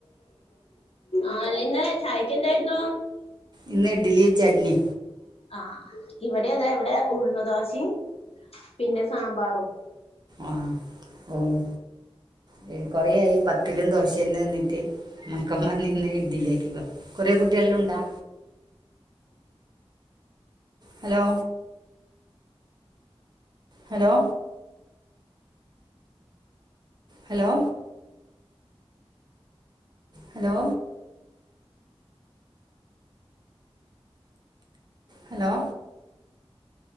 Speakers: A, on the left; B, on the right.
A: ആഹ് ഇന്ന് ചായെക്ക് എന്തായിരുന്നു?
B: ഇന്ന് ഇഡ്ഡലി ചട്നി.
A: ആഹ് ഇവടി അതെ ഇവിടെ ഉഴ്ന്ന് ദോഷിം പിന്നെ സാമ്പാറും.
B: ആഹ് ഓഹ് ഹെ കൊറെയായി പത്തിലും ദോശയെന്നെ തിന്നിട്ട് മക്കംപർഞ്ഞീനി ഇഡ്ലി ആക്കിക്കോ കൊറെ കുട്ടികൾ ഉണ്ടാ? Hello, hello hello hello hello